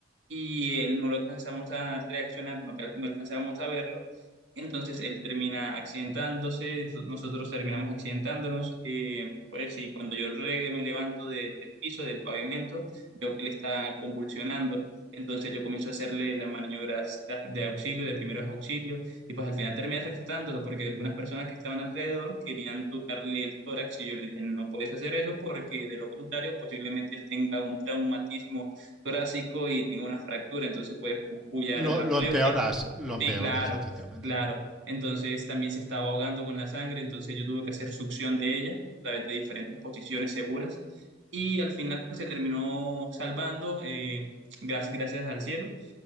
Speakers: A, on the right; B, in the centre.
A: y él no lo alcanzamos a reaccionar, no, cal- no alcanzábamos a verlo. Entonces él termina accidentándose, nosotros terminamos accidentándonos. eh, pues y cuando yo regue- me levanto de- del piso, del pavimento, veo que él está convulsionando. Entonces yo comienzo a hacerle las maniobras de, de auxilio, de primeros auxilios, y pues al final terminé rescatándolo porque algunas personas que estaban alrededor querían tocarle el tórax y yo le dije, no puedes hacer eso porque de lo contrario posiblemente él tenga un traumatismo torácico y tengo una fractura, entonces puede pu- puyar
B: Lo,
A: la
B: lo
A: pleura.
B: empeoras, lo empeoras,
A: Sí, claro,
B: efectivamente.
A: claro. Entonces también se estaba ahogando con la sangre, entonces yo tuve que hacer succión de ella a través de diferentes posiciones seguras y al final pues, se terminó salvando, eh, gracias, gracias al cielo.